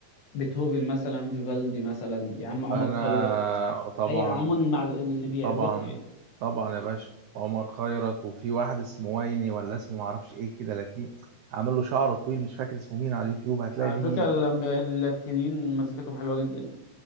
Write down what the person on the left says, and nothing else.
بيتهوفن مثلا فيفالدي مثلا يا عم عمر
خيرت
اي عموما المع... اللي بيعزفوا
يعني
على
فكرة اللم- اللاتينيين مزيكتهم حلوة جدا يعني